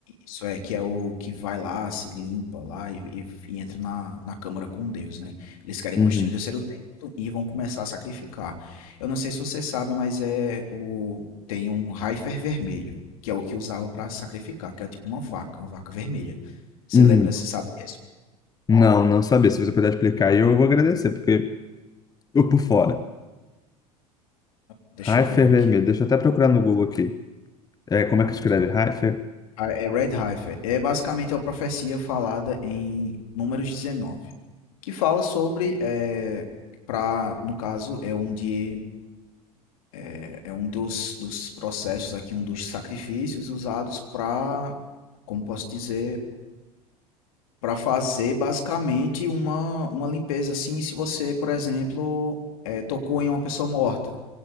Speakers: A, on the left; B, on the left.
A: isso é, que é o que vai lá, se limpa lá e, e- e entra na, na câmara com Deus, né? Eles querem
B: Uhum.
A: construir o terceiro templo e vão começar a sacrificar. Eu não sei se você sabe, mas é o, tem um Heifer vermelho, que é o que usava para sacrificar, que é tipo uma vaca, uma vaca vermelha. Você
B: Uhum.
A: lembra, você sabe disso?
B: Não, não sabia. Se você puder explicar, aí eu vou agradecer, porque eu por fora.
A: Deixa
B: Haifa
A: eu ver aqui.
B: vermelho. Deixa eu até procurar no Google aqui. É, como
A: Pronto.
B: é que escreve? Haifa?
A: Ah, É Red Heifer. É basicamente a profecia falada em Números 19, que fala sobre, é, pra, no caso, é um, de, é, é um dos, dos processos aqui, um dos sacrifícios usados para, como posso dizer, para fazer basicamente uma, uma limpeza assim, se você, por exemplo, é, tocou em uma pessoa morta